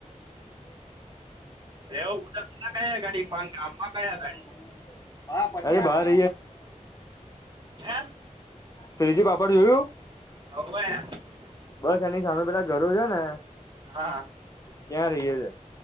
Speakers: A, on the right; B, on the left.
A: એવું ઉટરસન ના કયા ગાડી પણ ગામમાં કયા
B: <unintelligible>
A: ગાડી
B: રોડ <unintelligible> <unintelligible> બાર
A: હે
B: શ્રીજી પાપડ જોયું
A: <inaudible>
B: બસ એની સામે પેલા ઘરો છે ને
A: હા
B: ત્યાં રહીએ છે